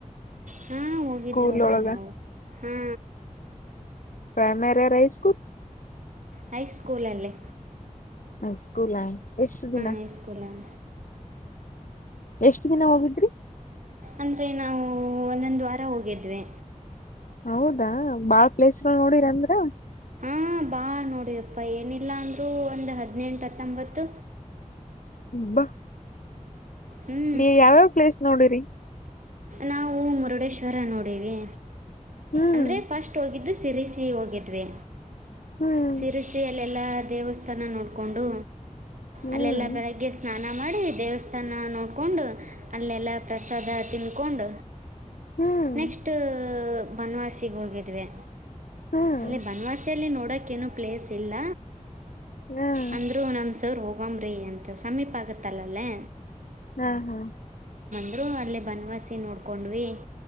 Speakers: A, on the right; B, on the left.
A: ಹಾ ಹೋಗಿದ್ದೇವವಾ
B: ಸ್ಕೂಲ್ ಒಳಗ
A: ನಾವು ಹಾ.
B: ಪ್ರೈಮರಿಯರ ಹೈ ಸ್ಕೂಲ್.
A: ಹೈಸ್ಕೂಲ್ ಅಲ್ಲಿ
B: ಹ ಸ್ಕೂಲ ಎಷ್ಟು ದಿನ.
A: ಹೈ ಸ್ಕೂಲ್ ಹಾಂ
B: ಎಷ್ಟ ದಿನ ಹೋಗಿದ್ರಿ.
A: ಅಂದ್ರೆ ನಾವು ಒಂದೊಂದು ವಾರ ಹೋಗಿದ್ವಿ.
B: ಹೌದಾ ಬಾಳ ಪ್ಲೇಸ್ ಗಳು ನೋಡಿರಿಂದ್ರ.
A: ಹ ಬಾಳ್ ನೋಡಿವಪ್ಪ ಏನಿಲ್ಲ ಅಂದ್ರರು ಒಂದು ಹದ್ನೆಂಟು ಹತ್ತೊಂಬತ್ತು.
B: ಹಬ್ಬಾ
A: ಹ್ಞೂ
B: ಈ ಯಾವ್ಯಾವ್ ಪ್ಲೇಸ್ ನೋಡಿರಿ
A: ನಾವು ಮುರುಡೇಶ್ವರ ನೋಡವಿ‌
B: ಹ್ಮ್
A: ಅಂದ್ರೆ ಫಸ್ಟ್ ಹೋಗಿದ್ದು. ಸಿರಿಸಿ ಹೋಗಿದ್ವಿ
B: ಹ್ಮ್
A: ಶಿರಸಿಯಲೆ ಎಲ್ಲ ದೇವಸ್ಥಾನ ನೋಡಕೊಂಡು.
B: ಹ್ಮ್
A: ಅಲ್ಲೆಲ್ಲಾ ಬೆಳಗ್ಗೆ ಸ್ನಾನ ಮಾಡಿ ದೇವಸ್ಥಾನ ನೋಡಕೊಂಡು ಅಲ್ಲೆಲ್ಲ ಪ್ರಸಾದ ತಿನ್ ಕೊಂಡ
B: ಹ್ಮ್
A: ನೆಕ್ಸ್ಟ್ ಬನವಾಸಿಗೆ ಹೋಗಿದ್ವಿ
B: ಹ್ಮ್
A: ಅಲ್ಲಿ ಬನವಾಸಿಯಲ್ಲಿ ನೋ <unintelligible> ಕ್ಕ ಏನು ಪ್ಲೇಸ್ ಇಲ್ಲ
B: ಹ್ಮ್
A: ಅಂದ್ರು ನಮ್ ಸರ ಹೋಗ ಗಂಬರಿ ಅಂತ ಸಮ್ಮೀಪಾಗ ತಲಲ್ಲಿ.
B: ಹ್ಮ ಹಾ
A: <unintelligible> ಅಲ್ಲಿ ಬನ್ವಾಸಿ ನೋಡ್ಕೊಂಡ್ವಿ